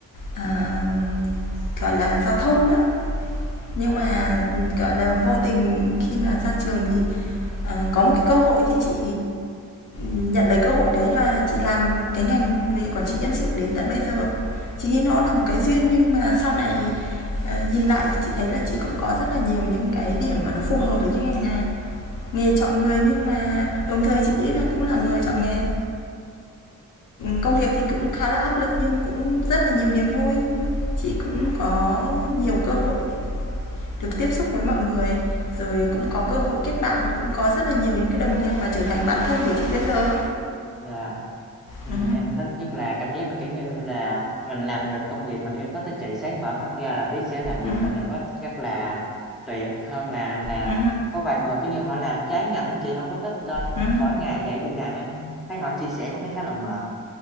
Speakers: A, on the left (about 55°); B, in the centre.
A: à, gọi là, giao thông á. Nhưng
B: à
A: mà, gọi là, vô tình khi mà ra trường thì, ờ, có một cái cơ hội thì chị, nhận lấy cơ hội đấy và chị làm cái ngành về quản trị nhân sự đến tận bây giờ. Chị nghĩ nó là một cái duyên nhưng mà sau này, ờ, nhìn lại thì chị thấy là chị cũng có rất là nhiều những cái điểm mà nó phù hợp với cái ngành này. Nghề chọn người nhưng mà đồng thời chị nghĩ là cũng là người chọn nghề. công việc thì cũng khá là áp lực nhưng cũng rất là nhiều niềm vui. Chị cũng có nhiều cơ hội được tiếp xúc với mọi người rồi cũng có cơ hội kết bạn cũng có rất là nhiều những cái đồng nghiệp mà trở thành bạn thân của chị bây giờ
B: dạ Ừm,
A: ừ,
B: em thích nhất là cảm giác mà, kiểu như là, mình làm được công việc mình yêu thích á chị, sáng mở mắt ra là biết sẽ làm việc
A: ừ,
B: mình yêu thích rất là tuyệt, hơn là làm
A: ừ,
B: có vài người, cứ như, họ làm trái ngành đó chị, không có thích nên
A: ừ,
B: mỗi ngày dậy đi làm em thấy họ chia sẻ cũng thấy khá là mệt.